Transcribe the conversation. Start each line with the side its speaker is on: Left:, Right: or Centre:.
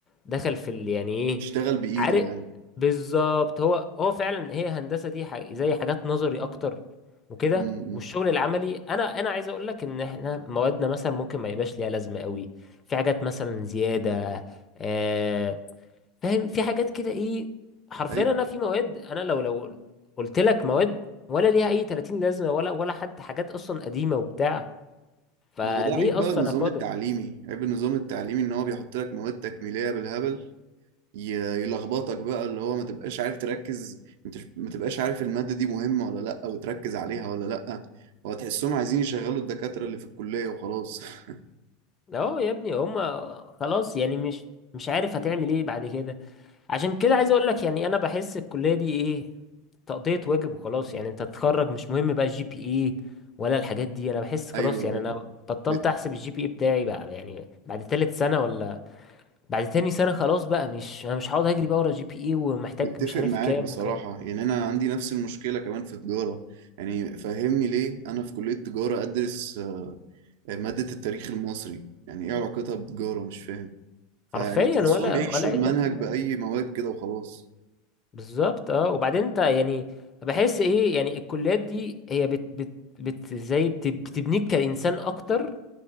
Left: دخل في ال يعني ايه
Right: بيشتغل بايده
Left: عارف
Right: يعني
Left: بالظبط هو هو فعلا هي هندسة دي ح- زي حاجات نظري اكتر وكده
Right: م-
Left: والشغل
Right: م.
Left: العملي انا انا عايز اقول لك ان احنا موادنا مثلا ممكن ما يبقاش ليها لازمة قوي في حاجات مثلا زيادة آه، فاهم في حاجات كده ايه حرفيا
Right: أيوة.
Left: انا في مواد انا لو لو قلت لك مواد ولا ليها اي 30 لازمه ولا ولا حد حاجات اصلا قديمه وبتاع فليه
Right: ما هو ده عيب بقى
Left: اصلا
Right: النظام
Left: اخدها
Right: التعليمي عيب النظام التعليمي ان هو بيحط لك مواد تكميليه بالهبل ي- يلخبطك بقى اللي هو ما تبقاش عارف تركز انت ش- ما تبقاش عارف الماده دي مهمه ولا لا وتركز عليها ولا لا هو تحسهم عايزين يشغلوا الدكاتره اللي في الكليه وخلاص <laughs>
Left: اه يا ابني هما خلاص يعني مش مش عارف هتعمل ايه بعد كده عشان كده عايز اقول لك يعني انا بحس الكليه دي ايه تقضيه واجب وخلاص يعني انت تتخرج مش مهم بقى الجي بي اي ولا الحاجات دي انا بحس خلاص
Right: ايوه
Left: يعني
Right: ايوه
Left: انا بطلت
Right: مت-
Left: احسب الجي بي اي بتاعي بقى يعني بعد تالت سنه ولا بعد تاني سنة خلاص بقى مش انا مش هقعد اجري بقى ورا جي بي اي ومحتاج
Right: متفق
Left: مش عارف
Right: معاك
Left: كام
Right: بصراحه
Left: وكام
Right: يعني انا عندي نفس المشكله كمان في تجاره يعني فهمني ليه انا في كليه تجاره ادرس آه، ماده التاريخ المصري يعني ايه علاقتها بتجاره مش فاهم فيعني
Left: حرفيا
Right: تحسهم
Left: ولا
Right: بيحشوا
Left: ولا اي
Right: المنهج
Left: 30 ألف
Right: بأي مواد كده وخلاص
Left: بالظبط اه وبعدين انت يعني بحس ايه يعني الكليات دي هي بت بت بت زي بت بتبنيك كإنسان اكتر